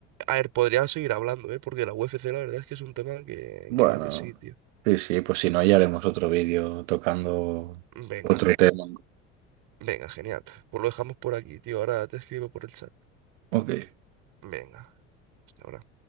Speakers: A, on the right; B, on the right.
A: A ver, podría seguir hablando, ¿eh? Porque la UFC la verdad es que es un tema que,
B: Bueno,
A: que da de sí, tío.
B: sí, sí, pues si no, ya haremos otro vídeo tocando
A: Venga,
B: otro tema.
A: venga, genial. Pues lo dejamos por aquí, tío. Ahora te escribo por el chat.
B: Ok.
A: Venga, hasta ahora.